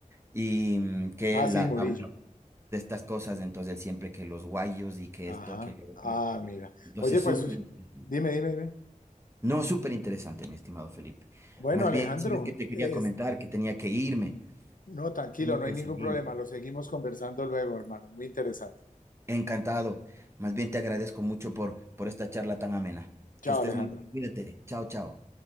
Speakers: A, on the right; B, on the left.
A: y mm, que
B: Ah,
A: él
B: sí,
A: ha-
B: Murillo.
A: habla de estas cosas, entonces él siempre que los guayos y que
B: Ajá.
A: esto, que lo otro.
B: Ah, mira.
A: Entonces,
B: Oye, pues
A: súper interesante.
B: dime, dime, dime.
A: No, súper interesante, mi estimado Felipe.
B: Bueno,
A: Más
B: Alejandro,
A: bien, sabes que te quería
B: es-
A: comentar que tenía que irme,
B: no, tranquilo,
A: tengo
B: no
A: que
B: hay ningún
A: salir.
B: problema. Lo seguimos conversando luego, hermano. Muy interesante.
A: Encantado. Más bien te agradezco mucho por, por esta charla tan amena.
B: Chao,
A: Que estés
B: Alejandro.
A: muy bien. Cuídate. Chao, chao.